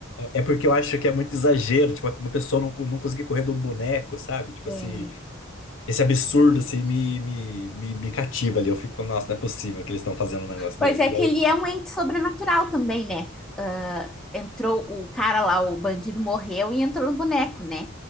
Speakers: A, on the left; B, in the centre.
A: É porque eu acho que é muito exagero, tipo, uma pessoa não, não conseguir correr de um boneco, sabe? Tipo,
B: Uhum.
A: assim,
B: É.
A: esse absurdo, assim, me, me, me, me cativa ali. Eu fico falando, nossa, não é possível que eles estão fazendo um negócio
B: Pois
A: desse.
B: é que
A: E aí,
B: ele é um ente sobrenatural também, né? Ah, entrou o cara lá, o bandido morreu e entrou no boneco, né?